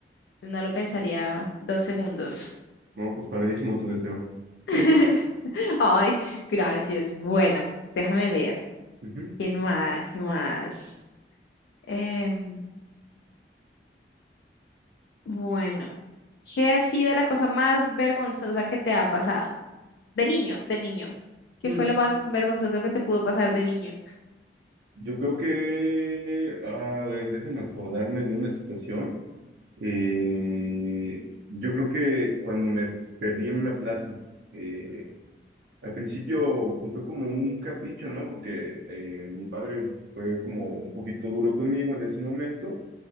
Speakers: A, on the left (about 75°); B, on the right (about 80°).
A: No lo pensaría dos segundos.
B: No, pues padrísimo tu deseo.
A: <laughs>
B: <laughs>
A: Ay, gracias. Bueno, déjame ver.
B: Ujú.
A: ¿Quién más? ¿Qué más? Em, bueno, ¿qué ha sido la cosa más vergonzosa que te ha pasado? De niño, de niño. ¿Qué
B: Mm.
A: fue lo más vergonzoso que te pudo pasar de niño?
B: Yo creo que, a ver, déjame acordarme de una situación. Eh, yo creo que cuando me perdí en una plaza, eh, Al principio, pues fue como un capricho, ¿no? Porque eh, mi padre fue como un poquito duro conmigo en ese momento